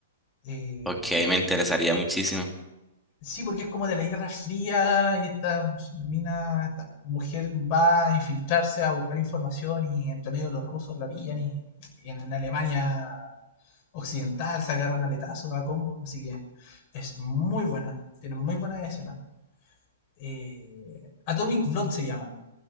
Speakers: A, on the left; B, in the centre.
A: Eh,
B: Ok, me interesaría muchísimo.
A: Sí, porque es como de la Guerra Fría y esta mina, esta mujer va a infiltrarse a buscar información y entre medio los rusos la pillan y, y en, Alemania occidental se agarran aletazos a combos, así que es muy buena, tiene muy buenas escenas. Eh, Atomic Blonde se llama,